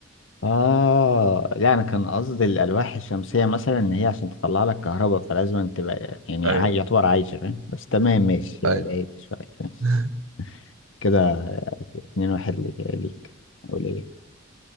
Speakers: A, on the left (about 65°); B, on the right (about 85°).
A: اه لا انا كان قصدي الالواح الشمسيه مثلا ان هي عشان تطلع لك كهرباء فلازم تبقى يعني
B: ايوه
A: عاي- يعتبر عايشه فاهم بس تمام ماشي
B: ايوه
A: بعيد شويه ماشي
B: <laughs>
A: كده اتنين واحد لي- ليك أقول إيه